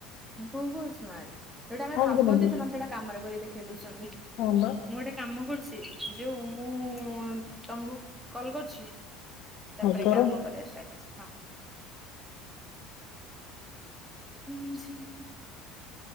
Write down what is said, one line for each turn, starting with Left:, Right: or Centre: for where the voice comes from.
Centre: ବହୁତ୍ ସ୍ମାର୍ଟ। ଯୋଉଟା ଆମେ
Left: ହଁ
Centre: ଭାବନ୍ତି,
Left: କି ନାଇଁ
Centre: ସେମାନେ ସେଇଟା କାମରେ କରିକି ଦେଖେଇ ଦଉଛନ୍ତି।
Left: ହଁ ବା।
Centre: ମୁଁ ଗୋଟେ କାମ କରୁଛି, ଯୋଉ ମୁଁ ତମକୁ କଲ କରୁଛି, ତାପରେ
Left: ଥର
Centre: କାମ କରିବ <inaudible> <inaudible>